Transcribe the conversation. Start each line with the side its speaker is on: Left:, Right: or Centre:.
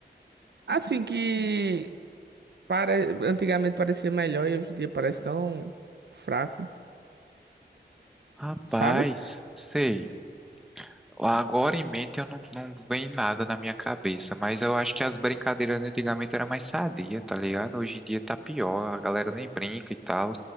Right: Assim que para... antigamente parecia melhor e hoje em dia parece tão fraco,
Centre: Rapaz,
Right: sabe?
Centre: sei. Agora em mente eu não, não vem nada na minha cabeça, mas eu acho que as brincadeiras antigamente era mais sadia, tá ligado? Hoje em dia tá pior, a galera nem brinca e tal.